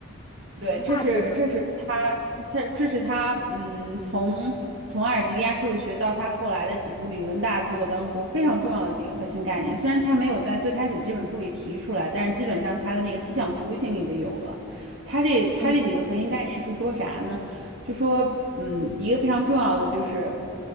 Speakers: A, on the right (about 65°); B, on the left (about 25°).
A: 对，
B: 文化资本，
A: 这是这是他他这是他嗯，从从阿尔及利亚社会学到他后来的几部理论大作当中非常重要的几个核心概念。虽然他没有在最开始的这本书里提出来，但是基本上他的那个思想雏形已经有了。他这他这几个核心概念是说啥呢？
B: 嗯，
A: 就说嗯，一个非常重要的就是